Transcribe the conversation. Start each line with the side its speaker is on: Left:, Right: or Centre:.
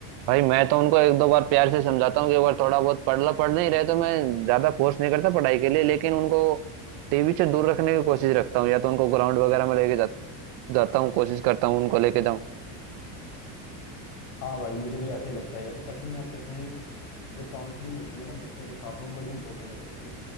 Right: भाई मैं तो उनको एक दो बार प्यार से समझाता हूँ कि एक बार थोड़ा बहुत पढ़ लो पढ़ नहीं रहे तो मैं ज्यादा फोर्स नहीं करता पढ़ाई के लिए लेकिन उनको टीवी से दूर रखने की कोशिश रखता हूँ या तो उनको ग्राउंड वगैरह में लेके जा, जाता हूँ कोशिश करता हूँ उनको लेके जाऊँ
Left: हाँ भाई मुझे भी ऐसा ही लगता है यार कहीं ना कहीं जो काउंसलिंग होती है ना बच्चों के साथ वो बड़ी इंपॉर्टेंट हो जाती है